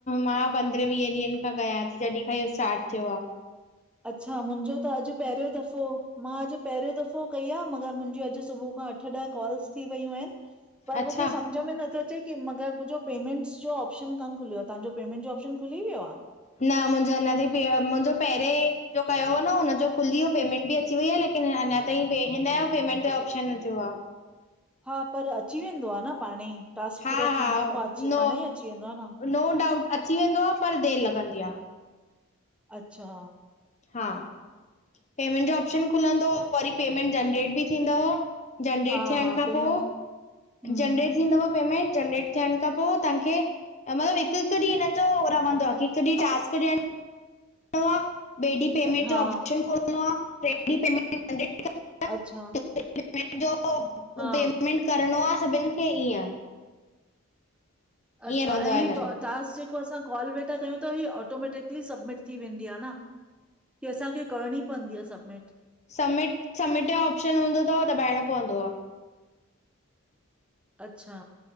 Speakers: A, on the left; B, in the centre.
A: मां पंद्रहें वीह ॾींहंनि खां कयां थी जॾहिं खां इहो स्टार्ट थियो आ।
B: अच्छा मुंजो त अॼु पहिरियों दफ़ो मां अॼु पहिरियों दफ़ो कई आ मगर मुंजी अॼु सुबुह खां अठ ॾह कॉल्स थी वयूं आहिनि। पर मुखे
A: अच्छा
B: समझ में नथो अचे की मगर, मुंजो पेमेंटस जो ऑपशन कान खुलियो आ तव्हांजो पेमेंट जो ऑपशन खुली वियो आ?
A: न मुंहिंॼो अंञां ताइ पे मुंहिंॼो पहिरें ॼो कयो हो न उनजो खुली व्यो पेमेंट ॿि अची वई आ लेकि की न अंञां ताईं पे हिनॼो पेमेंट ऑप्शन न थियो आ।
B: हा पर अची वेंदो आ न पाणेंई टास्क
A: हा
B: पूरा थियंण
A: हा
B: खां पो अच्
A: नो
B: पाणंई अची वेंदो आ न,
A: नो डाउट अची वेंदो आ पर देरि लॻंदी आ,
B: अच्छा,
A: हा पेमेंट जो ऑप्शन खुलंदो वरी पेमेंट जनरेट ॿि थींदव जनरेट
B: हा
A: थियण
B: हा
A: खां
B: पेमेंट
A: पो
B: हम्म,
A: जनरेट थींदव पेमेंट जनरेट थियण खां पो तव्हांखे मतिलब हिकु- हिकु ॾींहुं हिन जो रहंदो आ कि हिकु ॾींहुं टास्क ॾियण आ ॿे ॾीह पेमेंट
B: हा
A: जो ऑप्शन खोलणो आ ट्रे ॾीह पेमेंट जनरेट कंदा
B: अच्छा,
A: पेमेंट जो
B: हा
A: पेमेंट करिणो आ सभिनि खे ईअं,
B: अच्छा
A: ईअं रहंदो
B: ऐं
A: आ
B: ही
A: हिन
B: टास्क
A: जो
B: जेको असां कॉल वेठा ता कयूं त ही ऑटोमैटिकली सबमिट थी वेंदी आ न। कि असांखे करणीं पवंदी आ सबमिट?
A: सबमिट- सबमिट जो ऑप्शन हूंदो तव दॿाइणों पवंदो आ,
B: अच्छा